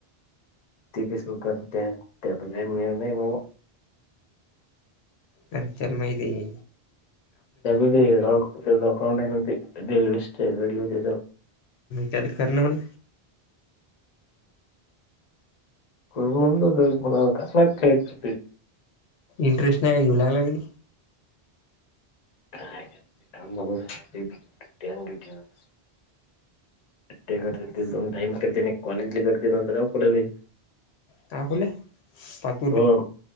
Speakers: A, on the left; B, on the left.
A: ते कसलं करत्यात तेचा काय नेम नाही बा
B: करत्यात माहितीए
A: त्या वेळी तेज अकाउंट हाय न्हव ते रेलवें <unintelligible>
B: त्याले कर ना म्हण.
A: मग म्हणत होता की कुणाला काय माहित
B: इंटरेस्ट नाही घेऊ लागला कधी
A: काय थांब बाबा म्हणालते <unintelligible> ते करते ते दोन टाईम करते कॉलेजली करते नंतर अ कुणाले
B: का बोले? थांब.
A: होय